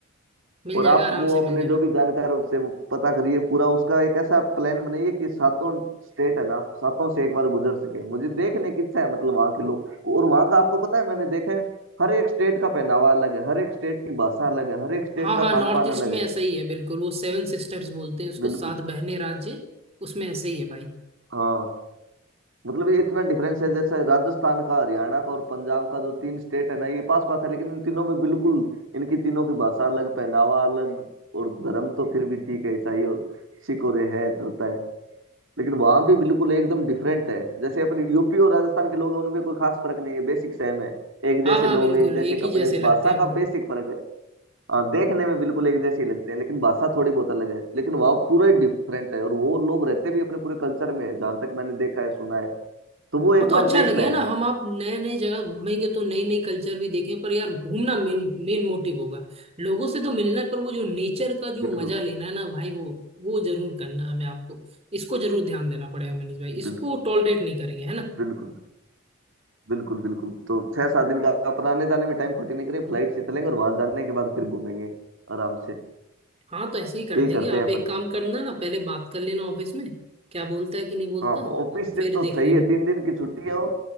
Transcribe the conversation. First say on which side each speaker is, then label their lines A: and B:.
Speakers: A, on the right; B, on the right.
A: मिल
B: और
A: जाएगा
B: आप
A: आराम
B: वो
A: से मिल
B: अपने
A: जाएगा
B: जो भी जानकार है उससे वो पता करिए पूरा उसका एक ऐसा प्लान बनाइए कि सातों स्टेट है ना सातों से एक बार गुजर सके मुझे देखने की इच्छा है मतलब वहां के लोग और वहां का आपको पता है मैंने देखा है हर एक स्टेट का पहनावा अलग है हर एक स्टेट की भाषा अलग है हर एक स्टेट
A: हाँ
B: का
A: हाँ नॉर्थ
B: खान पान
A: ईस्ट
B: अलग
A: में
B: है
A: ऐसा ही है बिल्कुल वो सेवन सिस्टर्स बोलते हैं उसको
B: बिल्कुल
A: सात बहने राज्य उसमें ऐसे ही है भाई
B: हाँ मतलब ये इतना डिफरेंस है जैसे राजस्थान का हरियाणा का और पंजाब का जो तीन स्टेट है ना ये पास पास है लेकिन इन तीनों में बिल्कुल इनकी तीनों की भाषा अलग पहनावा अलग और धर्म तो फिर भी ठीक है ईसाई और सिख और ये है चलता है लेकिन वहां भी बिल्कुल एकदम डिफरेंट है जैसे अपने यूपी और राजस्थान के लोग हैं उनमें कोई खास फर्क नहीं है बेसिक सेम है एक
A: हाँ
B: जैसे
A: हाँ
B: लोग
A: बिल्कुल
B: एक जैसे
A: एक
B: कपड़े
A: ही जैसे लगते
B: भाषा
A: हैं हम
B: का
A: लोग
B: बेसिक फर्क है हाँ देखने में बिल्कुल एक जैसे ही लगते हैं लेकिन भाषा थोड़ी बहुत अलग है लेकिन वहाँ पूरा डिफरेंट है और वो लोग रहते भी अपने पूरे कल्चर में है जहां तक मैंने देखा है सुना है तो वो
A: हाँ
B: एक
A: तो
B: बार
A: अच्छा
B: देखना
A: लगे
B: है
A: ना हम आप नए नए जगह घूमेंगे तो नई नई कल्चर भी देखें पर यार घूमना मेन मेन मोटिव होगा लोगों से तो मिलना है पर वो जो नेचर का जो
B: बिल्कुल
A: मजा लेना है ना भाई वो वो जरूर करना है हमें आपको इसको जरूर ध्यान देना पड़ेगा मनीष भाई इसको
B: बिल्कुल
A: टॉलरेट नहीं करेंगे है ना
B: बिल्कुल बिल्कुल बिल्कुल तो छह सात दिन का अपन आने जाने में टाइम खोटी नहीं करेंगे फ्लाइट से चलेंगे और वहां जाने के बाद फिर घूमेंगे आराम से
A: हाँ तो ऐसे ही कर
B: यही
A: देंगे
B: करते
A: आप
B: हैं
A: एक
B: अपन
A: काम करना ना पहले बात कर लेना ऑफिस में क्या बोलता है कि नहीं बोलता
B: हाँ ऑफिस से
A: फिर
B: तो
A: देख
B: सही
A: लेना
B: है तीन दिन की छुट्टी है और